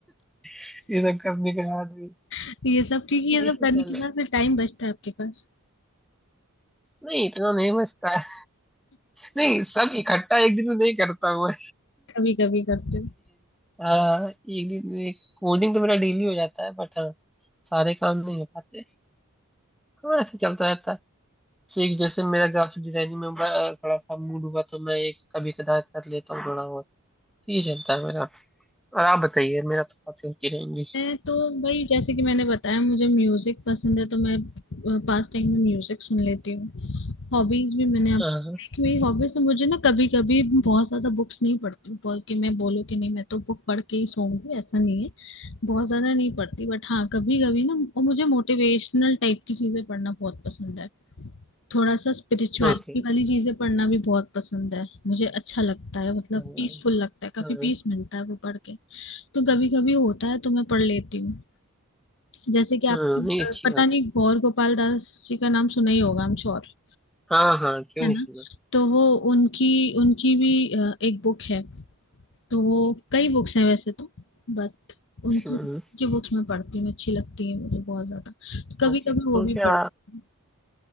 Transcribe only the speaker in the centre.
<laughs> ये सब करने के बाद भी
नहीं
सोचा
लो,
नहीं इतना नहीं बचता है नहीं सब इकट्ठा एक दिन में नहीं करता हुआ
हाँ एक दिन में कोडिंग तो मेरा डेली हो जाता है बट हाँ सारे काम नहीं हो पाते हाँ ऐसे चलता रहता है एक जैसे मेरा ग्राफिक डिजाइनिंग में ब- थोड़ा सा मूड हुआ तो मैं एक कभी कदार कर लेता हूँ थोड़ा बहुत ये चलता है मेरा और आप बताइए मेरा तो बातें होती रहेंगी
हाँ हाँ
ओके
हाँ
हाँ
हाँ, नहीं अच्छी
बात
है
हाँ हाँ क्यों
नहीं
सुना
हम्म,
ओके
तो
क्या